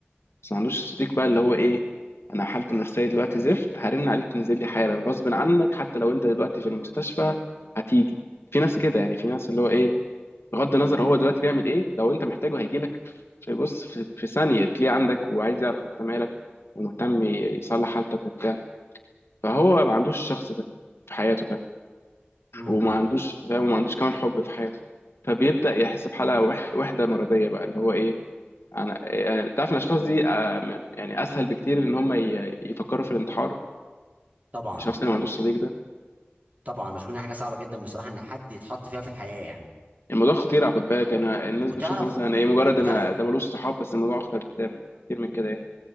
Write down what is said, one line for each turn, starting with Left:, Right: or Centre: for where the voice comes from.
Left: بس ما عندوش صديق بقى اللي هو ايه انا حالتي النفسيه دلوقتي زفت هرن عليك تنزل لي حالا غصب عنك حتى لو انت دلوقتي في المستشفى هتيجي في ناس كده يعني في ناس اللي هو ايه بغض النظر هو دلوقتي بيعمل ايه لو انت محتاجه هيجي لك في بص في, في ثانيه تلاقيه عندك وعايز يعرف انت مالك ومهتم يصلح حالتك وبتاع فهو ما عندوش الشخص ده في حياته
Right: امم
Left: وما عندوش فاهم وما عندوش كمان حب في حياته فبيبدأ يحس بحالة وح- وحدة مرضية بقى اللي هو ايه انا يعني تعرف الاشخاص دي آه، من- يعني اسهل بكتير ان هم ي- يفكروا في الانتحار
Right: طبعا
Left: الشخص اللي ما عندوش صديق ده
Right: طبعا بشوف انها حاجه صعبه جدا بصراحه ان حد يتحط فيها في الحياه يعني
Left: الموضوع خطير خد بالك انا الناس
Right: وتعرف
Left: بتشوفه مثلا ايه مجرد
Right: وتعرف
Left: انا ده ملوش صحاب بس الموضوع اخطر بكتير كتير من كده يعني.